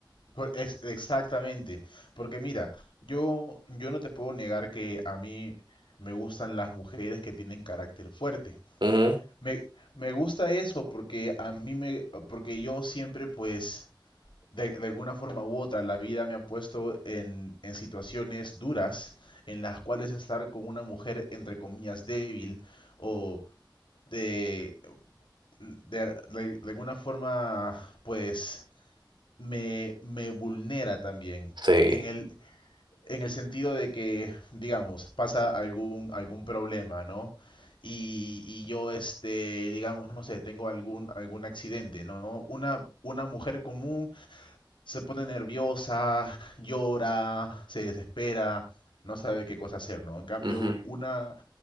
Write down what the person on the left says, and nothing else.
Cor- es- exactamente, porque mira, yo, yo no te puedo negar que a mí me gustan las mujeres que tienen carácter fuerte.
Me, me gusta eso porque a mí me, porque yo siempre pues de, de alguna forma u otra la vida me ha puesto en, en situaciones duras en las cuales estar con una mujer entre comillas débil o de, de, de- de alguna forma pues me, me vulnera también.
En el, en el sentido de que, digamos, pasa algún, algún problema, ¿no? Y, y yo, este, digamos, no sé, tengo algún, algún accidente, ¿no? Una, una mujer común se pone nerviosa, llora, se desespera, no sabe qué cosa hacer, ¿no? En cambio,
una,